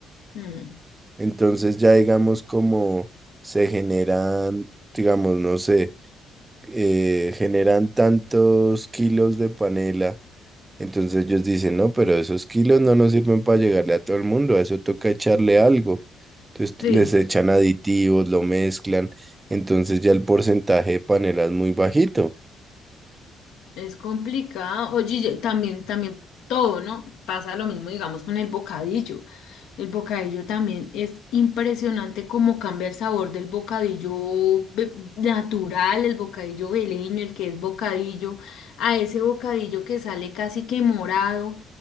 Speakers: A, on the left; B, on the right.
A: Mm,
B: Entonces ya digamos como se generan, digamos, no sé, eh, generan tantos kilos de panela. Entonces ellos dicen, no, pero esos kilos no nos sirven para llegarle a todo el mundo, a eso toca echarle algo. Entonces
A: Sí.
B: les echan aditivos, lo mezclan. Entonces ya el porcentaje de panela es muy bajito.
A: Es complicado. Oye, y también, también todo, ¿no? Pasa lo mismo, digamos, con el bocadillo. El bocadillo también es impresionante cómo cambia el sabor del bocadillo ve- natural, el bocadillo veleño, el que es bocadillo, a ese bocadillo que sale casi que morado,